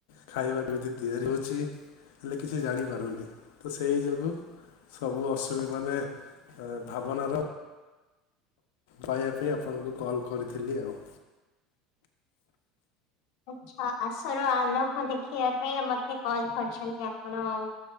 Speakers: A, on the left (about 85°); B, on the left (about 65°).
A: ଖାଇବା କେମିତି ତିଆରି ହଉଛି ହେଲେ କିଛି ଜାଣିପାରୁନି ତ ସେଇ ଯୋଗୁଁ ସବୁ ଅସୁ ବି ମାନେ ଏ ଭାବନାର କହିବା ପାଇଁ ଆପଣଙ୍କୁ କଲ୍ କରିଥିଲି ଆଉ।
B: ଆଚ୍ଛା ଆଶା ର ଆଲୋକ ଦେଖିବା ପାଇଁ ମତେ କଲ୍ କରିଛନ୍ତି ଆପଣ ଆଉ।